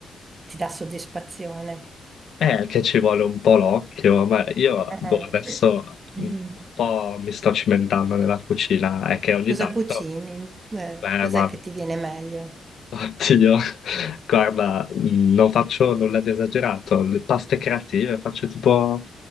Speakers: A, on the right (about 25°); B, on the left (about 60°).
A: ti dà soddisfazione.
B: Eh, che ci vuole un po' l'occhio, ma io
A: Ah.
B: boh, adesso mh,
A: Mm.
B: un po' mi sto cimentando nella cucina, è che ogni
A: Cosa
B: tanto,
A: cucini? Eh,
B: beh,
A: cos'è
B: ma
A: che ti viene meglio?
B: Oddio, <laughs> guarda, non faccio nulla di esagerato. Le paste creative, faccio tipo